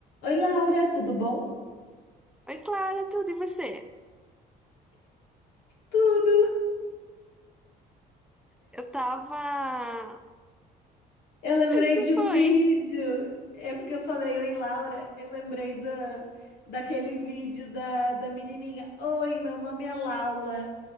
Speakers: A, on the left; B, in the centre.
A: Oi, Laura, tudo bom?
B: Oi, Clara, tudo e você?
A: Tudo.
B: Eu tava. <laughs>
A: Eu lembrei
B: que
A: de um
B: foi?
A: vídeo. É porque eu falei, oi, Laura. Eu lembrei da, daquele vídeo da, da menininha. Oi, meu nome é Laura